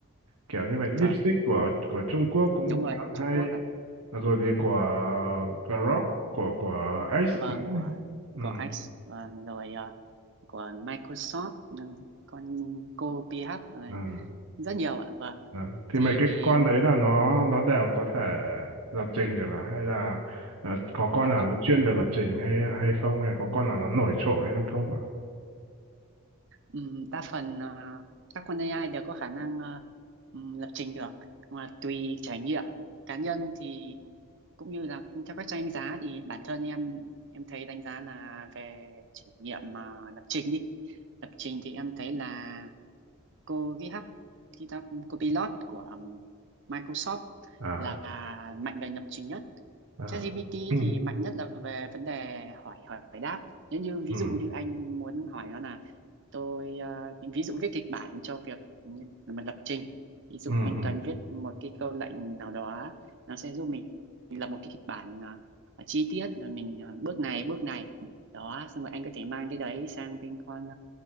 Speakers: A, on the right; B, on the right.
A: kiểu như vậy DeepSeek
B: vâng
A: của của Trung Quốc cũng
B: đúng rồi
A: khá là
B: Trung
A: hay
B: Quốc ạ
A: Ờ, rồi thì của Grok của của X
B: vâng
A: nữa
B: của
A: ừ,
B: của X vâng rồi à, của Microsoft ừm, con cô PH này,
A: ừ,
B: rất nhiều ạ vâng
A: ừ. thì
B: thì
A: mấy cái con
B: ừm,
A: đấy là nó nó đều có thể lập trình được à? hay là ờ, có
B: dạ
A: con nào
B: vâng
A: nó chuyên về lập trình hay hay không hay có con nào nó nổi trội hơn không ạ
B: Ừm, đa phần ờ, các con AI đều có khả năng ờ, ừm, lập trình được mà tùy trải nghiệm cá nhân thì cũng như là theo các trang đánh giá thì bản thân em em thấy đánh giá là về trải nghiệm mà lập trình đi lập trình thì em thấy là cô GitHub GitHub Copilot của ừm, Microsoft
A: à,
B: là mạnh về lập trình nhất
A: à.
B: ChatGPT
A: <clears throat>
B: thì mạnh nhất là về vấn đề hỏi hỏi đáp nếu như ví
A: ừ ừ
B: dụ như anh muốn hỏi nó là tôi à, ví dụ viết kịch bản cho việc như mình lập trình ví dụ
A: ừ
B: anh
A: ừ.
B: cần viết một cái câu lệnh nào đó nó sẽ giúp mình lập một cái kịch bản à, à, chi tiết là mình à, bước này bước này đó xong rồi anh có thể mang cái đấy sang bên con